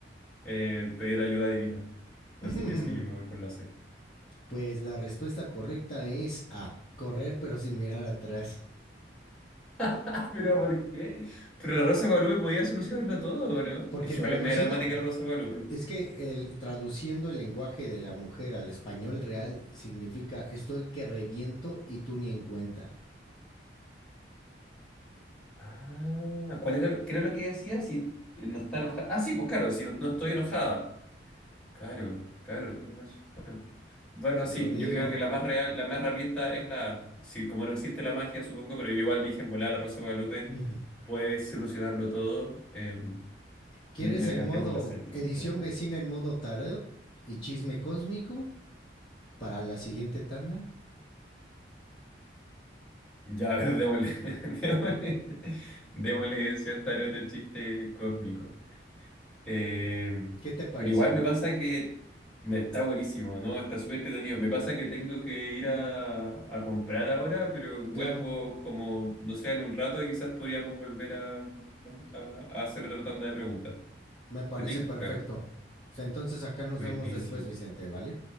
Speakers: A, in the centre; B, on the left.
A: eh, pedir ayuda divina. Así
B: <laughs>
A: que sí, yo me voy por la C.
B: Pues la respuesta correcta es A, correr pero sin mirar atrás.
A: <laughs> ¿Pero por qué? Pero la Rosa de Guadalupe podía solucionarlo todo, ¿o ¿no?
B: Porque
A: Es que
B: traducido,
A: igual es media dramática la Rosa de Guadalupe.
B: es que el, traduciendo el lenguaje de la mujer al español real significa estoy que reviento y tú ni en cuenta.
A: Ah, ¿cuál era, lo- qué era lo que decía? Si no está enojada. Ah, sí, pues claro, si no
B: Así.
A: estoy enojada. Claro, claro, tienes razón. Bueno,
B: Solo
A: sí,
B: digo.
A: yo creo que la más real, la más realista es la. Sí, como no existe la magia, supongo, pero yo igual dije en volar la Rosa de Guadalupe
B: <laughs>
A: puede solucionarlo todo. eh,
B: ¿Quieres
A: me, me decanté
B: el modo
A: por la C, pero
B: edición
A: entiendo.
B: vecina en modo tarot y chisme cósmico para la siguiente tanda?
A: Ya, a ver, démosle, <laughs> démosle, démosle ese tarot chiste cósmico. Eh,
B: Oh. ¿Qué te pareció?
A: pero igual me pasa que me está buenísimo, ¿no? Está súper entretenido. Me pasa que tengo que ir a, a comprar ahora, pero vuelvo
B: Claro,
A: como, no sé, en un rato y quizás podríamos volver a, a- a hacer otra tanda de preguntas.
B: Me parece
A: ¿Te tinca?
B: perfecto. Pues entonces acá nos
A: Buenísimo.
B: vemos después, Vicente, ¿vale?